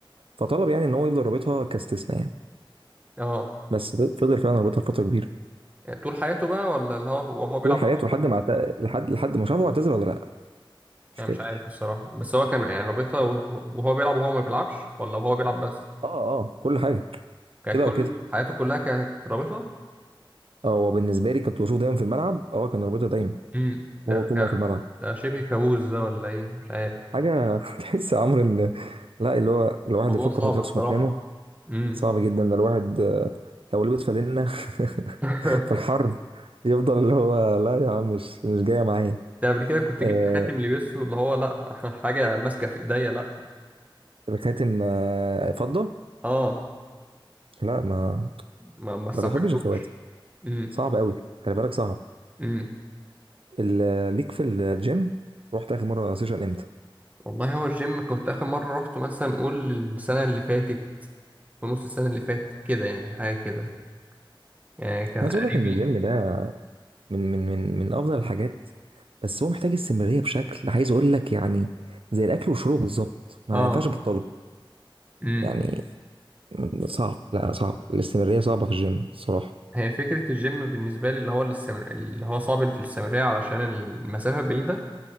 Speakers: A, on the right; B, on the right.
A: فطلب يعني ان هو يفضل رابطها كاستثناء يعني
B: اه
A: بس فضل فعلا رابطها لفتره كبيره
B: يعني طول حياته بقى ولا اللي هو وهو بيلعب
A: طول حياته
B: كورة
A: لحد
B: بس
A: ما اعت- لحد لحد ما شافه اعتذر ولا لا مش
B: يعني
A: فاكر
B: مش عارف الصراحة بس هو كان يعني رابطها وهو وهو بيلعب وهو ما بيلعبش ولا وهو بيلعب بس
A: اه اه كل حاجه
B: كانت
A: كده
B: كل
A: او كده
B: حياته كلها كانت رابطها
A: اه هو بالنسبه لي كنت بشوفه دايما في الملعب اه كان رابطها دايما
B: امم ده
A: وهو طول
B: ده
A: ما هو في الملعب
B: ده شبه كابوس ده ولا ايه مش عارف
A: حاجه <laughs> تحس يا عمرو ان لا اللي هو الواحد اللي
B: موضوع
A: يفكر
B: صعب
A: يحط نفسه
B: الصراحة
A: مكانه
B: امم
A: صعب جدا ده الواحد آه، لو لبس فالينا <laughs>
B: <laughs>
A: في الحر يفضل اللي هو لا يا عم مش مش جايه معايا
B: ده قبل كده كنت
A: آه
B: جبت خاتم لبسه اللي هو لا <laughs> حاجة ماسكة في ايديا لا
A: الخاتم آه فضه
B: اه
A: لا ما
B: ما ما استحملتوش
A: ما بحبش الخواتم
B: امم
A: صعب قوي خلي بالك صعب
B: امم
A: ال- ليك في الجيم رحت اخر مره سيشن امتى
B: والله هو الجيم كنت اخر مرة روحته مثلا نقول السنة اللي فاتت ونص السنة اللي فاتت كده يعني حاجة كده يعني كان
A: عايز
B: قريبي
A: اقول لك ان الجيم ده من من من من افضل الحاجات بس هو محتاج استمراريه بشكل عايز اقول لك يعني زي الاكل والشرب بالظبط ما
B: اه
A: ينفعش تبطله
B: امم
A: يعني صعب لا صعب الاستمراريه صعبه في الجيم الصراحه
B: هي فكرة الجيم بالنسبة لي اللي هو الاستمر... اللي هو صعب في الاستمرارية علشان المسافة بعيدة